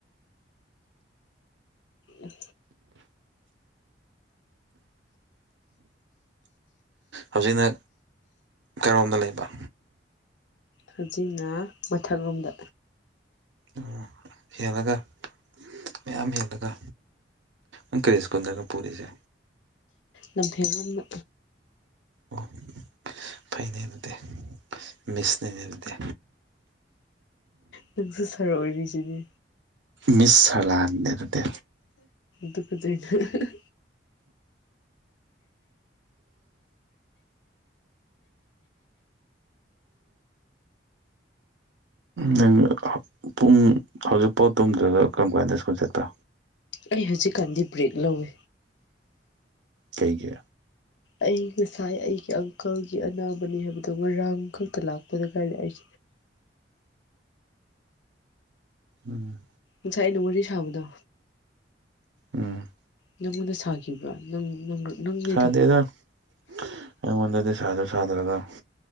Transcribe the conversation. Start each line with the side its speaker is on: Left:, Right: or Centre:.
Left: ꯎꯝ
Right: ꯍꯧꯖꯤꯛꯅ ꯀꯔꯣꯝꯗ ꯂꯩꯕ
Left: ꯍꯧꯖꯤꯛꯅ ꯃꯊꯛꯂꯣꯝꯗ
Right: ꯑꯣ ꯍꯦꯜꯂꯒ ꯃꯌꯥꯝ ꯍꯦꯜꯂꯒ ꯏꯪꯀꯔꯦꯖꯀꯨꯟꯂꯒ ꯄꯨꯔꯤꯁꯦ
Left: ꯂꯝ ꯐꯌꯥꯝꯅ
Right: ꯑꯣ ꯐꯅꯦ ꯑꯗꯨꯗꯦ ꯃꯤꯁꯅꯦꯅꯦ ꯑꯗꯨꯗꯦ
Left: ꯅꯪꯁꯨ ꯁꯥꯔ ꯑꯣꯏꯔꯤꯁꯤꯗꯤ
Right: ꯃꯤꯁ ꯁꯂꯥꯥꯟꯗꯦꯔꯗꯦ
Left: ꯗꯨ ꯈꯨꯨꯗꯅ
Right: ꯅꯪ ꯄꯨꯡ ꯍꯧꯖꯤꯛꯐꯥꯎ ꯇꯨꯝꯗ꯭ꯔꯒ ꯀꯔꯝ ꯀꯥꯟꯗ ꯁ꯭ꯀꯨꯜ ꯆꯠꯄ
Left: ꯑꯩ ꯍꯧꯖꯤꯛꯀꯥꯟꯗꯤ ꯕ꯭ꯔꯦꯛ ꯂꯧꯋꯦ
Right: ꯀꯩꯒꯤ
Left: ꯑꯩ ꯉꯁꯥꯏ ꯑꯩꯒꯤ ꯑꯪꯀꯜꯒꯤ ꯑꯅꯥꯕꯅꯤ ꯍꯥꯏꯕꯗꯣ ꯉꯔꯥꯡ ꯈꯛꯇ ꯂꯥꯛꯄꯗ ꯀꯥꯔ ꯑꯩ
Right: <inaudible> ꯎꯝ
Left: ꯉꯁꯥꯏ ꯑꯩꯅ ꯋꯥꯔꯤ ꯁꯥꯕꯗꯣ
Right: ꯎꯝ
Left: ꯅꯪꯉꯣꯟꯗ ꯁꯥꯈꯤꯕ꯭ꯔꯥ ꯅꯪ ꯅꯪ ꯅꯪꯅꯤꯗ
Right: ꯁꯥꯗꯦꯗ ꯑꯩꯉꯣꯟꯗꯗꯤ ꯁꯥꯗ꯭ꯔ ꯁꯥꯗ꯭ꯔꯒ